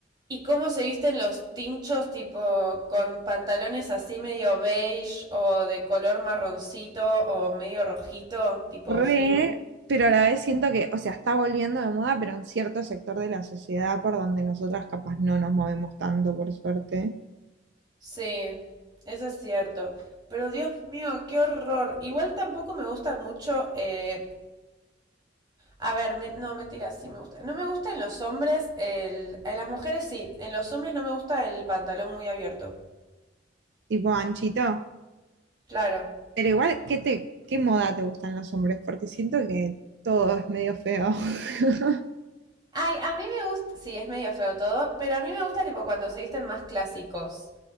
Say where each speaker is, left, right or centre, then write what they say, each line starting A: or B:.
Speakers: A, on the right (about 25°); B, on the right (about 70°).
A: Y cómo se visten los tinchos, tipo con pantalones así medio beige o de color marroncito o medio rojito, tipo
B: Re,
A: jean.
B: pero a la vez siento que, o sea, está volviendo de moda, pero en cierto sector de la sociedad por donde nosotras capaz no nos movemos tanto, por suerte.
A: Sí, eso es cierto. Pero Dios mío, qué horror. Igual tampoco me gusta mucho. eh, A ver, me- no, mentira, sí me gusta. No me gusta en los hombres, el... en las mujeres sí. En los hombres no me gusta el pantalón muy abierto.
B: Tipo anchito.
A: Claro.
B: Pero igual, ¿qué te, qué moda te gustan los hombres? Porque siento que todo es medio feo. <laughs>
A: Ay, a mí me gusta. Sí, es medio feo todo, pero a mí me gusta tipo cuando se visten más clásicos.